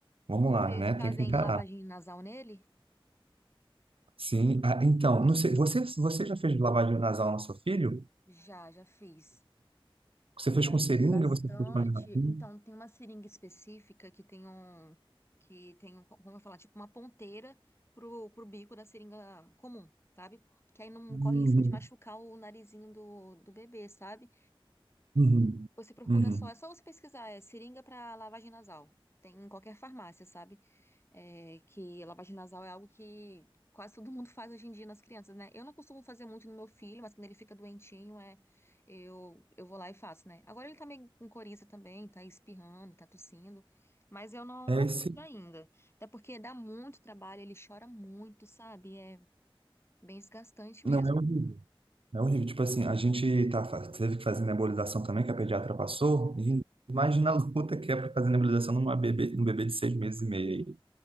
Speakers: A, on the right (about 70°); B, on the left (about 25°).
A: vamos lá,
B: Vocês
A: né? Tem
B: fazem
A: que encarar.
B: lavagem nasal nele?
A: Sim, ah, então, não sei, você, você já fez lavagem nasal no seu filho?
B: Já, já fiz.
A: Você fez
B: Já
A: com
B: fiz
A: seringa,
B: bastante.
A: você fez com a garrafinha?
B: Então, tem uma seringa específica que tem um, que tem um, como eu falar, tipo uma ponteira pro, pro bico da seringa comum, sabe? Que aí não
A: Uhum,
B: corre risco de machucar o narizinho do, do bebê, sabe?
A: uhum,
B: Você procura
A: uhum.
B: só, é só você pesquisar, é seringa para lavagem nasal. Tem em qualquer farmácia, sabe? É, que lavagem nasal é algo que quase todo mundo faz hoje em dia nas crianças, né? Eu não costumo fazer muito no meu filho, mas quando ele fica doentinho, é, eu, eu vou lá e faço, né? Agora ele tá meio com coriza também, tá espirrando, tá tossindo, mas eu não,
A: É
B: não
A: esse,
B: fiz ainda. Até porque dá muito trabalho, ele chora muito, sabe? É bem desgastante mesmo.
A: não é o É horrível. Tipo assim, a gente tá, fa- teve que fazer nebulização também, que a pediatra passou. E imagina a luta que é para fazer nebulização numa bebê, num bebê de seis meses e meio aí.